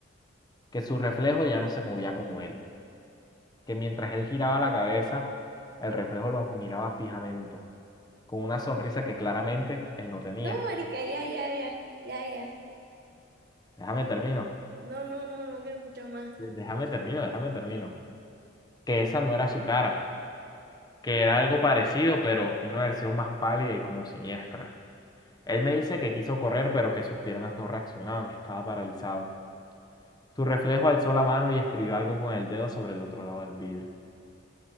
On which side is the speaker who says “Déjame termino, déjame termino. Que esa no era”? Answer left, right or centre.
Left